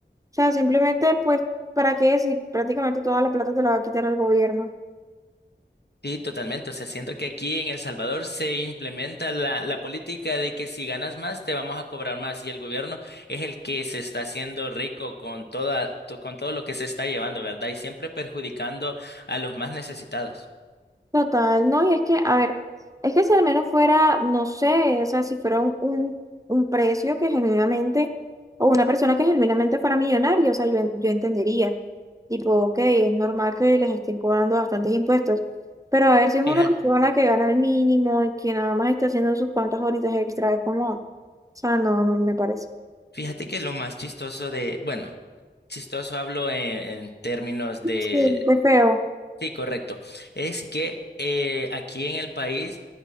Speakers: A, on the right; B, on the left.
A: sea, simplemente, pues, ¿para qué si prácticamente toda la plata te la va a quitar el gobierno?
B: Sí, totalmente. O sea, siento que aquí en El Salvador se implementa la, la política de que si ganas más, te vamos a cobrar más. Y el gobierno es el que se está haciendo rico con toda, to- con todo lo que se está llevando, ¿verdad? Y siempre perjudicando a los más necesitados.
A: Total, no, y es que, a ver, es que si al menos fuera, no sé, o sea, si fuera un, un, un precio que genuinamente, o una persona que genuinamente fuera millonaria, o sea, yo, en- yo entendería, tipo, ok, es normal que les estén cobrando bastantes impuestos, pero a ver si es una
B: Fíjate,
A: persona que gana el mínimo y que nada más está haciendo sus cuantas horitas extra, es como, o sea, no, no me parece.
B: fíjate que lo más chistoso de, bueno, chistoso hablo en en términos
A: Sí,
B: de
A: de feo.
B: Sí, correcto. Es que eh, aquí en el país